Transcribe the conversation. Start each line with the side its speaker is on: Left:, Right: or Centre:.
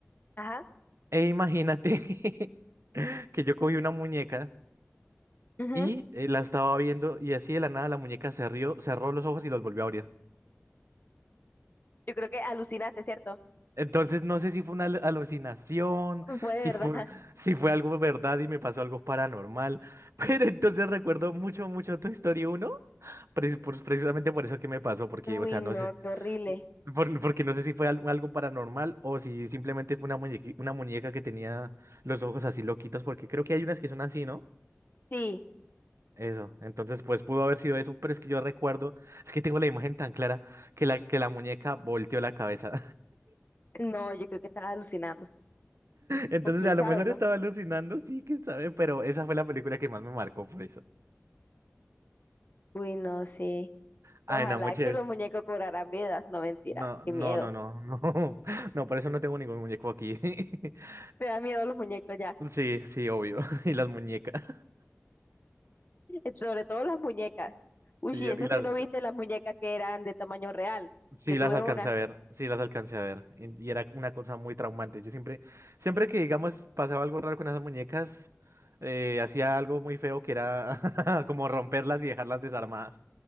Left: Ajá.
Right: E imagínate <laughs> que yo cogí una muñeca
Left: ujú.
Right: y eh, la estaba viendo y así de la nada la muñeca se rió, cerró los ojos y los volvió a abrir.
Left: Yo creo que alucinaste, ¿cierto?
Right: Entonces no sé si fue una al- alucinación,
Left: <laughs> Fue de
Right: si
Left: verdad.
Right: fue,
Left: <laughs>
Right: si fue algo verdad y me pasó algo paranormal, <laughs> pero entonces recuerdo mucho, mucho tu historia uno, pres- por- precisamente por eso que me pasó, porque,
Left: Uy,
Right: o sea,
Left: no,
Right: no sé,
Left: qué horrible.
Right: por- porque no sé si fue al- algo paranormal o si simplemente fue una muñequi- una muñeca que tenía los ojos así loquitos, porque creo que hay unas que son así, ¿no?
Left: Sí,
Right: Eso, entonces pues pudo haber sido eso, pero es que yo recuerdo, es que tengo la imagen tan clara que la, que la muñeca volteó la cabeza.
Left: no, yo creo que estaba alucinando.
Right: Entonces,
Left: O quién
Right: a
Left: sabe,
Right: lo mejor
Left: ¿no?
Right: estaba alucinando, sí, quién sabe, pero esa fue la película que más me marcó por eso.
Left: Uy, no, sí.
Right: Ay,
Left: Ojalá
Right: no, muchachos.
Left: que los muñecos cobraran vida. No, mentira,
Right: No,
Left: qué
Right: no,
Left: miedo.
Right: no, no, no. <laughs> No, por eso no tengo ningún muñeco aquí. <laughs>
Left: <laughs> Me da miedo los muñecos ya.
Right: Sí, sí, obvio. <laughs> Y las muñecas.
Left: Eh, Sobre todo las muñecas. Uy,
Right: Sí,
Left: y eso
Right: y
Left: que
Right: las.
Left: no viste las muñecas que eran de tamaño real.
Right: Sí,
Left: Yo tuve
Right: las alcancé
Left: una.
Right: a ver. Sí, las alcancé a ver. Y y era una cosa muy traumante. Yo siempre, siempre que, digamos, pasaba algo raro con esas muñecas, eh, hacía algo muy feo que era <laughs> como romperlas y dejarlas desarmadas